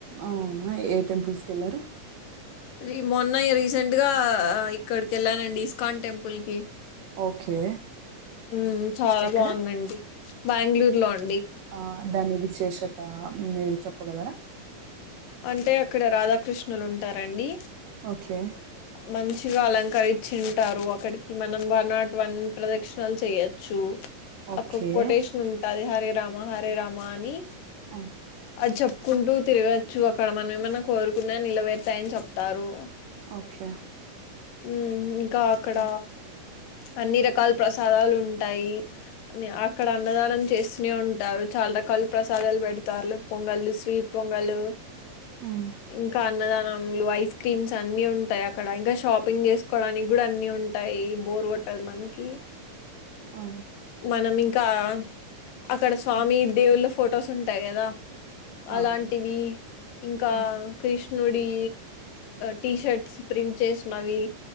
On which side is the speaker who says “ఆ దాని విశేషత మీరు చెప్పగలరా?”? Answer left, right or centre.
Right